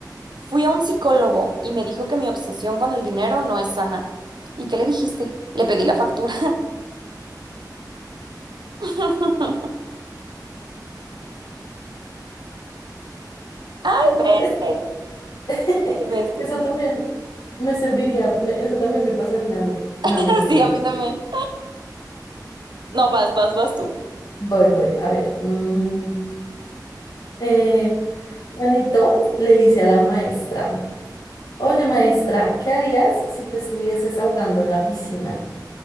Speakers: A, on the right (about 80°); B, on the left (about 60°).
A: fui a un psicólogo y me dijo que mi obsesión con el dinero no es sana. ¿Y qué le dijiste? Le pedí la factura. <laughs> Ay,
B: Eso,
A: veste,
B: te- <laughs>
A: veste.
B: eso también me serviría, me- eso también me pasaría a mí. No,
A: <laughs>
B: mentiras.
A: Sí, a mí también. No, vas, vas, vas tú.
B: Voy, voy. A ver. mm, eh, Juanito le dice a la maestra, oye maestra, ¿qué harías si te estuvieses ahogando en la piscina?